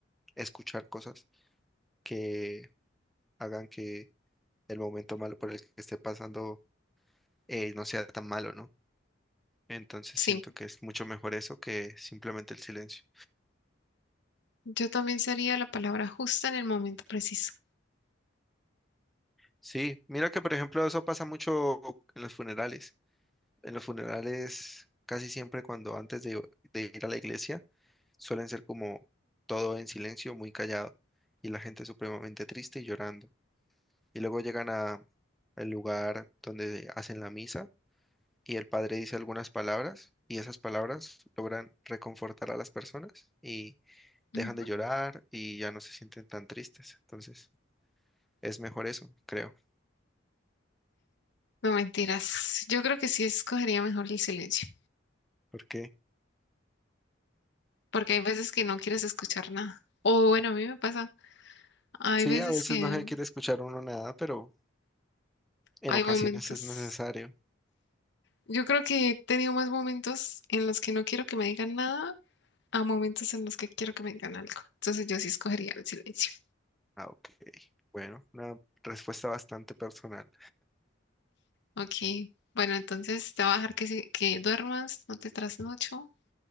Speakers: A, in the centre; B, on the left (about 65°).
A: escuchar cosas que hagan que el momento malo por el que esté pasando eh, no sea tan malo, ¿no? Entonces
B: Sí,
A: siento que es mucho mejor eso que simplemente el silencio.
B: yo también sería la palabra justa en el momento preciso.
A: Sí, mira que por ejemplo eso pasa mucho en los funerales. En los funerales casi siempre cuando antes de de ir a la iglesia Suelen ser como todo en silencio, muy callado, y la gente supremamente triste y llorando. Y luego llegan a el lugar donde hacen la misa y el padre dice algunas palabras y esas palabras logran reconfortar a las personas y dejan
B: Ujú.
A: de llorar y ya no se sienten tan tristes. Entonces, es mejor eso, creo,
B: No mentiras, yo creo que sí escogería mejor el silencio.
A: porque
B: porque hay veces que no quieres escuchar nada. O bueno, a mí me pasa, hay
A: sí,
B: veces
A: a veces
B: que
A: no se quiere escuchar uno nada, pero en
B: hay
A: ocasiones
B: momentos.
A: es necesario.
B: Yo creo que he tenido más momentos en los que no quiero que me digan nada a momentos en los que quiero que me digan algo. Entonces yo sí escogería el silencio.
A: Ah, ok. Bueno, una respuesta bastante personal.
B: Ok, bueno, entonces te voy a dejar que, se- que duermas, no te trasnocho.